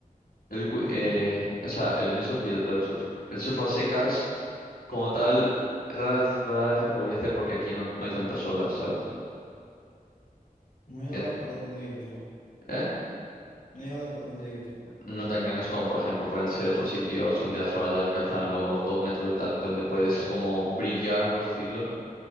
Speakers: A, on the left; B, on the left.
A: El, wi-
B: Mm,
A: eh, o sea, el windsurf y el paddle surf. El surf a secas. Como tal, rara, vez- rara vez se podría hacer porque aquí no, no hay tantas olas, ¿sabes?
B: no lloras
A: Ya-
B: por donde vives tú.
A: ¿Eh?
B: No lloras por donde vives tú.
A: No tan grandes como, por ejemplo, pueden ser otros sitios donde las olas ya alcanzan los dos metros y tal, donde puedes como brillar, por así decirlo.